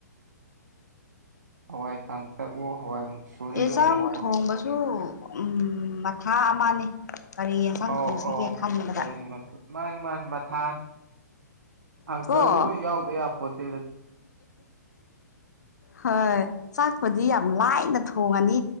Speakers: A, on the right; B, on the left.
A: ꯍꯋꯥꯏ ꯀꯥꯡꯇꯛꯑꯣ ꯍꯋꯥꯏ ꯃꯨꯛꯁꯣꯔꯤ
B: ꯑꯦ
A: ꯑꯣꯏꯔꯦ
B: ꯆꯥꯛ
A: ꯍꯋꯥꯏ
B: ꯊꯣꯡꯕꯁꯨ ꯎ ꯃꯊꯥ ꯑꯃꯅꯤꯅꯦ ꯀꯔꯤ ꯌꯦꯟꯁꯥꯡ
A: ꯑꯧ
B: ꯊꯣꯡꯁꯤꯒꯦ
A: ꯑꯧ
B: ꯈꯟꯕꯗ
A: ꯀꯔꯤ ꯃꯊꯦꯜ ꯃꯥꯅꯤ ꯃꯥꯅꯤ ꯃꯊꯥꯟ ꯑꯪꯀꯁ
B: ꯀꯣ
A: ꯂꯣꯏ ꯌꯥꯎꯗ ꯌꯥꯕ ꯄꯣꯠꯇ
B: ꯍꯣꯏ ꯆꯥꯛꯄꯗꯤ ꯌꯥꯝ ꯂꯥꯏꯅ ꯊꯣꯡꯉꯅꯤ